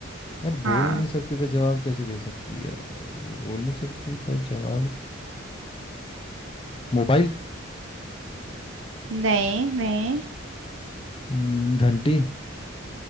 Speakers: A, on the left; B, on the right.
A: यार
B: हाँ
A: बोल नहीं सकती तो जवाब कैसे दे सकती है बोल नहीं सकती पर जवाब मोबाइल
B: नहीं नहीं
A: हम्म, घंटी